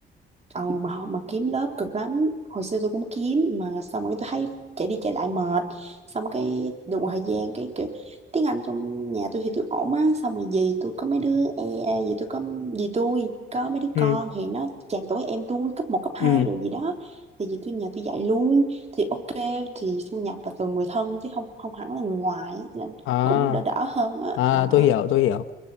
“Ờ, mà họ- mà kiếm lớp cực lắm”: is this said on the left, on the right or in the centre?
Right